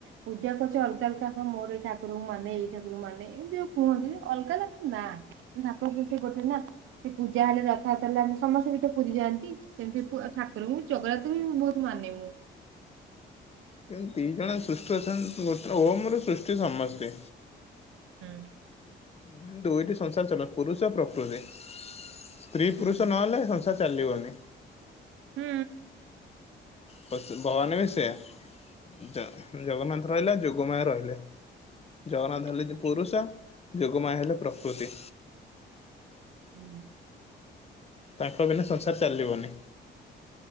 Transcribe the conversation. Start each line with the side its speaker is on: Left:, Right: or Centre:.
Right: ପୂଜା ତ ଚ ଅଲଗା ଅଲଗା ହଁ ମୋର ଏଇ ଠାକୁରଙ୍କୁ ମାନେ ଏଇ ଠାକୁରଙ୍କୁ ମାନେ ଏମିତି ଯୋଉ କୁହନ୍ତି ଅଲଗା ନା ନା। ଠାକରଙ୍କୁ ସେ ଗୋଟେ ନା ସେ ପୂଜା ହେଲେ ଯଥାର୍ଥ ରୁ ଜାଣିଲୁ ସମସ୍ତେ ବି ତ ପୁରୀ ଯାଆନ୍ତି। ସେମିତି ଠୁ ଅ, ଠାକୁ ମୁଁ ବି ଜଗନ୍ନାଥ ବି ବହୁତ ମାନେ ମୁଁ।
Left: କିନ୍ ଦି ଜଣ ସୃଷ୍ଟୁ ଅଛନ୍ ଗୋଟେର ଓମ୍ ର ସୃଷ୍ଟି ସମସ୍ତେ।
Right: ହୁଁ।
Left: ହୁଁ ଦୁଇଟି ସଂସାର ଚଲ ପୁରୁଷ ପ୍ରକୃତି। ସ୍ତ୍ରୀ
Right: ହୁଁ
Left: ପୁରୁଷ ନହେଲେ ସଂସାର ଚାଲିବନି।
Right: ହୁଁ।
Left: ହୋ ସେ ଭଗବାନ ବି ସେୟା। ଜ- ଜଗନ୍ନାଥ ରହିଲା, ଯୋଗମାୟ ରହିଲେ। ଜଗନ୍ନାଥ ହେଲେ
Right: ହୁଁ
Left: ଯେ ପୁରୁଷ ଯୋଗମାୟା ହେଲେ ପ୍ରକୃତି।
Right: ହୁଁ।
Left: ତାଙ୍କ ବିନା ସଂସାର ଚାଲିବନି।